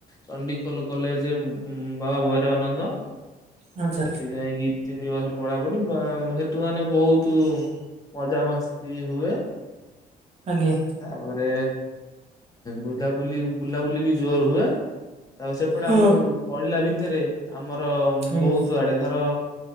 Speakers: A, on the left; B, on the right.
A: ଚଣ୍ଡିଖୋଲ କଲେଜ ବାବା ଭୈରବାନନ୍ଦ।
B: ଆଚ୍ଛା
A: ସେଠି ଯାଇକି ତିନି ବର୍ଷ ପଢା ପଢି ସେଠୁ ମାନେ ବହୁତ ମଜା ମସ୍ତି ହୁଏ।
B: ଆଜ୍ଞା,
A: ତାପରେ ବୁଦ ବୁଲି ବୁଲାବୁଲି ବି ଜୋର ହୁଏ। ତା ସେପଟେ ଆମେ
B: ହଁ।
A: ପଢିଲା ଭିତରେ ଆମର
B: ଆଜ୍ଞା
A: ବହୁତ ଆଡେ ଧର